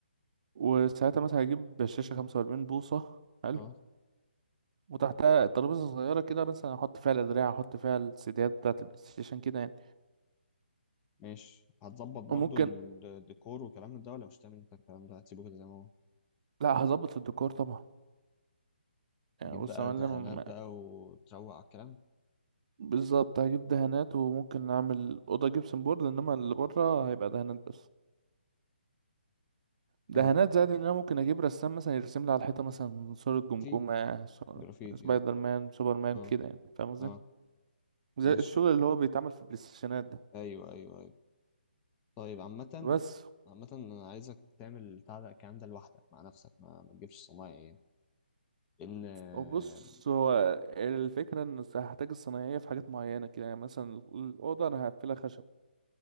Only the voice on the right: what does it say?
وساعتها مثلا هجيب شاشة خمسة وأربعين بوصة حلو
وتحتها ترابيزة صغيرة كده مثلا أحط فيها الأدراع أحط فيها السيديات بتاعة البلاي ستيشن كده يعني
وممكن
لا هظبط الديكور طبعا
يعني بص
يا معلم
م-
بالظبط هجيب دهانات وممكن أعمل أوضة جبسن بورد إنما اللي بره هيبقى دهانات بس دهانات
زائد إن أنا ممكن أجيب رسام مثلا يرسم لي على الحيطة مثلا صورة جمجمة
صورة
سبايدر
مان سوبر مان
كده يعني فاهم قصدي؟
زي
الشغل اللي هو بيتعمل في البلاي ستيشنات ده
بس
وبص هو الفكرة ان س- هحتاج الصنايعية في حاجات معينة كده يعني مثلا الأوضة أنا هقفلها خشب